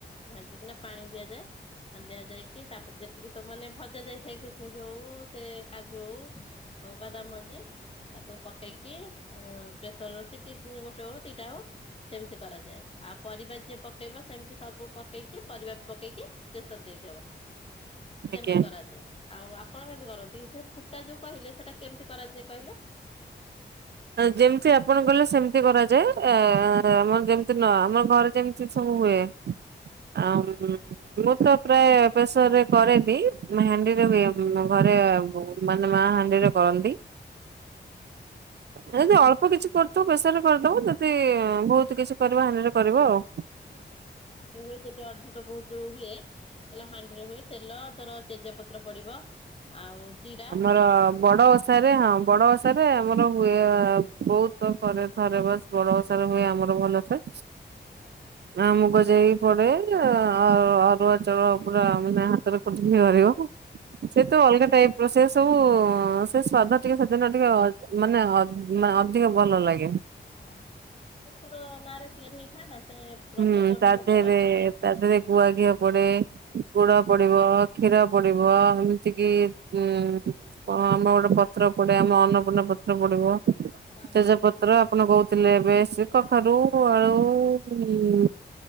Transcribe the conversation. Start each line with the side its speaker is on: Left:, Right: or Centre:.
Left: ଭାଜିିକି ନା ପାଣି ଦିଆଯାଏ ପାଣି ଦିଆ ଯାଇକି ତାପରେ ଯେତିକି ସବୁ ମାନେ ଭଜା ଯାଇଥାଏ କିସମିସ ହଉ ସେ କାଜୁ ହଉ ଅ ବାଦାମ ମଞ୍ଜି ତାକୁ ପକେଇକି ଅ ପ୍ରେସର ରେ ତି- ସିଟି ଗୋଟେ ହଉ ଦିଟା ହଉ ସେମିତି କରାଯାଏ ଆଉ ପରିବା ଯିଏ ପକେଇବ ସେମିତି ସବୁ ପକେଇକି ପରିବା ପକେଇକି ପ୍ରେସର୍ ଦେଇଦବ
Right: ଆଜ୍ଞା।
Left: ସେମିତି କରାଯାଏ ଆଉ ଆପଣ କେମିତି କରନ୍ତି ସେ ଫୁଟା ଯୋଉ କହିଲେ ସେଟା କେମିତି କରାଯାଏ କହିଲେ?
Right: ଯେମିତି ଆପଣ କହିଲେ ସେମିତି କରାଯାଏ ଏ ଆମର ଯେମିତି ନ ଆମ ଘରେ ଯେମିତିସେ ସବୁ ହୁଏ ଆଉ ମୁଁ ତ ପ୍ରାୟ ପ୍ରେସର ରେ କରେନି ହାଣ୍ଡିରେ ବି ଘରେ ମାନେ ମା ହାଣ୍ଡିରେ କରନ୍ତି
Left: ହୁଁ
Right: ଯଦି ଅଳ୍ପ କିଛି କରୁଥିବ ପ୍ରେସର୍ ରେ କରିଦବ ଯଦି ବହୁତ କିଛି କରିବ ହାଣ୍ଡିରେ କରିବ ଆଉ
Left: ହାଣ୍ଡିରେ ହୁଏ ଯଦି ଅଧିକ ବହୁତ ହୁଏ ତା ହେଲେ ହାଣ୍ଡିରେ ହୁଏ ତେଲ ଧର ତେଜ ପତ୍ର ପଡିବ ଆଉ ଜିରା
Right: ଆମର ବଡ ଓଷାରେ ହଁ ବଡ ଓଷାରେ ଆମର ହୁଏ ବହୁତ ପ୍ର - ଥରେ ଥରେ ବସ ବଡ ବଷାରେ ହୁଏ ଆମର ଭଲସେ।
Left: ଆଜ୍ଞା।
Right: ଆ ମୁଗ ଜାଇ ପଡେ ଆଉ ଅରୁଆ ଚାଉଳ ପୁରା ମାନେ ହାତରେ ପୋଛକିରି ହରେଇବ। ସେ ତ ଅଲଗା ଟାଇପ ର ସେ ସବୁ ସେ ସ୍ଵାଦ ଟିକେ ସେଦିନ ଟିକେ ଅ ମାନେ ଅ ମା ଅଧିକ ଭଲ ଲାଗେ।
Left: ହ ସେ ଠାକୁରଙ୍କର ନାଁରେ ତିଆରି ହେଇଥାଏ ନା ସେ। ପ୍ରସାଦ
Right: ହୁଁ ତା
Left: ଭଲ
Right: ଦେହରେ
Left: ଲାଗେ ଖାଇବା
Right: ତା ଦେହରେ ଗୁଆ ଘିଅ ପଡେ ଗୁଡ ପଡିବ। କ୍ଷୀର ପଡିବ ଏମିତି କିି ଉଁ ହ ଆମେ ଗୋଟେ ପତ୍ର ପଡେ ଆମ ଅନ୍ନପୂର୍ଣ୍ଣା ପତ୍ର ପଡିବ।
Left: ପାଇଁ।
Right: ତେଜପତ୍ର ଆପଣ କହୁଥିଲେ ଏବେ ସେ କଖାରୁ ଆଳୁ। ହୁଁ